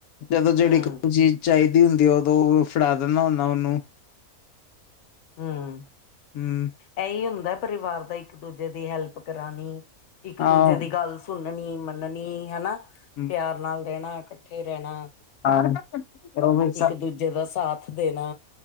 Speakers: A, on the left (about 80°); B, on the left (about 55°).
A: ਜਦੋਂ ਜੜੀ
B: ਹਮ
A: ਕੋਈ ਚੀਜ਼ ਚਾਈਦੀ ਹੁੰਦੀ। ਉਦੋਂ ਫੜਾ ਦਿੰਦਾ ਹੁੰਨਾ, ਔਨੂੰ।
B: ਹੁੰ,
A: ਹਮ
B: ਐ ਈ ਹੁੰਦਾ। ਪਰਿਵਾਰ ਦਾ ਇੱਕ-ਦੂਜੇ ਦੀ ਹੈਲਪ ਕਰਾਣੀ, ਇੱਕ
A: ਹਾਂ
B: ਦੂਜੇ ਦੀ ਗੱਲ ਸ ਸੁਨਨੀ-ਮੰਨਣੀ ਹਨਾ,
A: ਹਮ,
B: ਪਿਆਰ ਨਾਲ ਰੈਣਾ, ਕੱਠੇ ਰੈਣਾ।
A: <unintelligible> ਵੀ
B: ਇੱਕ-ਦੂਜੇ
A: ਸ-
B: ਦਾ ਸਾਥ ਦੇਣਾ।